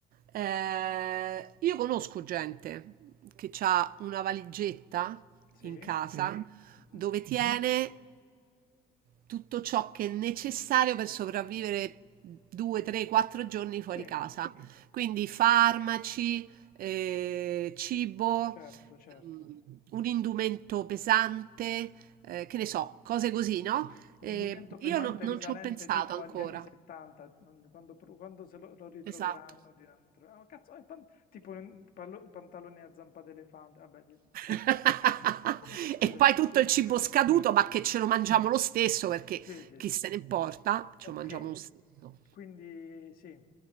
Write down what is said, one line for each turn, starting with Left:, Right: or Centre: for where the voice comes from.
Right: eh, io conosco gente che ha una valigetta
Left: Sì?
Right: in casa
Left: Mhm.
Right: dove tiene tutto ciò che è necessario per sopravvivere due, tre, quattro giorni fuori
Left: Sì,
Right: casa. Quindi farmaci, eh, cibo
Left: certo, certo.
Right: ehm, un indumento pesante, eh, che ne so, cose così, no? Eh,
Left: L'indumento pesante
Right: io no- non
Left: risalente
Right: ci ho pensato
Left: tipo
Right: ancora.
Left: agli anni 70, non- quando, pro- quando se lo, lo ritroveranno
Right: Esatto.
Left: diranno, tro- "Ah, cazzo, è pan- tipo un pallo- pantalone a zampa d'elefante, vabbè, di-
Right: <laughs>
Left: vabbè. <laughs> Comunque, scusami.
Right: E poi tutto il cibo
Left: <laughs>
Right: scaduto, ma che ce lo mangiamo lo stesso perché
Left: Sì, sì,
Right: chi
Left: sì.
Right: se ne importa, ce
Left: Ok,
Right: lo mangiamo lo stesso.
Left: quindi sì,